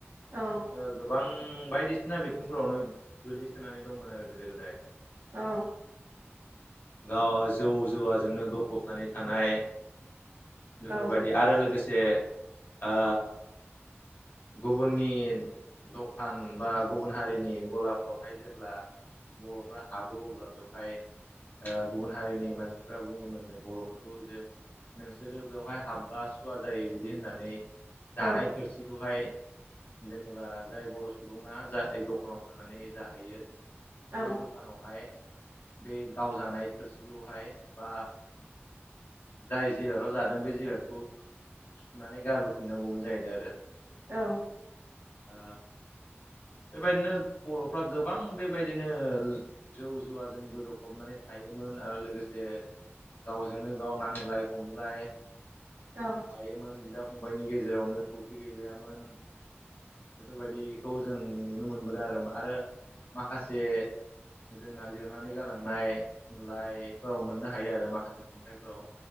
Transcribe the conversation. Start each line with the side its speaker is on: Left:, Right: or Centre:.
Right: औ।
Left: ओ गोबां बायदिसिना बिथिंफोरावनो गोल्लैसोनानै दंमोन आरो गोदो गोदाय।
Right: औ।
Left: गाव जौ जौवाजोंनो गफबनानै थानाय। बेफोरबायदि
Right: औ
Left: आरो लोगोसे आ गुबुननि दखान बा गुबुन हारिनि गलाफ्रावहाय जेब्ला बर'फ्रा हाबो अब्ला बेवहाय ओ गुबुन हारिनि मानसिफ्रा बुङोमोननो बर'फोरखौ जे नोंसोरो बेवहाय हाब बा सुवा जायो बिदि होननानै जानाय
Right: औ
Left: थोरसिखौहाय जेनेबा जाय बर' सुबुङा जाय दखानाव थांनानै जाहैयो
Right: औ
Left: बै दखानावहाय बे गावजानाय थोरसिखौहाय बा जाय जिरादाव जादों बे जिरादखौ सुनानै गारबोफिननांगौमोन जाहैदों आरो।
Right: औ।
Left: आ बेबादिनो बरफ्रा गोबां बे बायदिनो जौ जुवाजों गोदोफबनानै थायोमोन आरो लोगोसे गावजोंनो गाव नांज्लाय खमज्लाय।
Right: औ।
Left: थायोमोन बिदा फंबायाइनि गेजेरावनो खौसे गैलायामोन। बेफोरबायदिखौ जों नुनो मोनबोदों आरो आरो माखासे जोंना लिरनानै गालांनाय थुनलाइफोराव मोननो हायो आरो माखासे खन्थाइफ्राव।